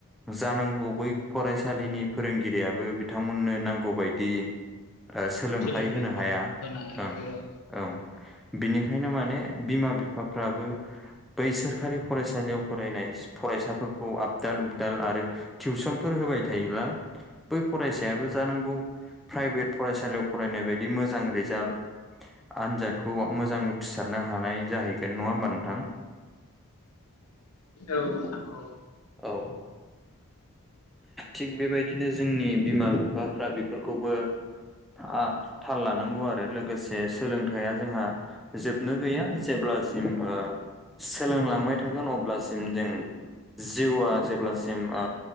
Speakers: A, in the centre; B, on the left.
A: जानांगौ बै फरायसालिनि फोरोंगिरियाबो बिथांमोननो नांगौबायदि ओ सोलोंथाइ
B: सोलोंथाइखौ
A: होनो हाया
B: होनो हायाखै
A: ओं
B: औ
A: ओं। बिनिखायनो माने बिमा बिफाफ्राबो बै सोरखारि फरायसालियाव फरायनाय फरायसाफोर खौ आबदाल उपदाल आरो टिउसनफोर होबाय थायोब्ला बै फरायसायाबो जानांगौ प्राइभेट फरायसालियाव फरायनाय बायदि मोजां रिजाल्ट आनजादखौ मोजां उ सारनो हानाय जाहैगोन नङा होमबा नोंथां।
B: औ नोंथां औ।
A: औ। थिग बेबायदिनो जोंनि बिमा - बिफाफ्रा बेफोरखौबो ओ‌ थाल लानांगौ आरो लोगोसे सोलोंथाइा जोंहा जोबनो गैया जेब्लासिम ओ सोलोंलांबाय थागोन अब्लासिम जों जिउआ जेब्लासिम ओ